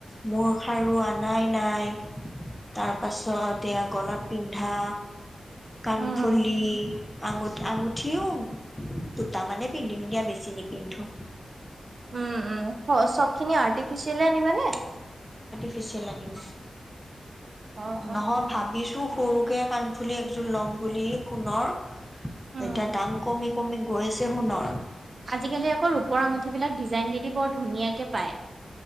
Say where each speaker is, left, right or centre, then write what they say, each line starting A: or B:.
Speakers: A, in the centre; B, on the right (about 55°).
A: মোৰ খাৰু আন নাই নাই তাৰপাছত এয়া গলাত পিন্ধা কাণফুলি,
B: উম।
A: আঙুঠি আঙুঠিও দুটামানে পিন্ধিম দিয়া বেছি নিপিন্ধোঁ।
B: উম উ চব খিনি আৰ্টিফিচিয়েল আনিবানে?
A: ফিচিয়েল আনিম,
B: অ',
A: নহয়
B: অ',
A: ভাবিছো সৰুকে কাণফুলি একযোৰ লম বুলি সোণৰ,
B: উম,
A: এতিয়া দাম কমি কমি গৈছে সোণৰ।
B: আজিকালি আকৌ ৰূপৰ আঙঠিবিলাক ডিজাইন দিদি বৰ ধুনীয়াকে পায়।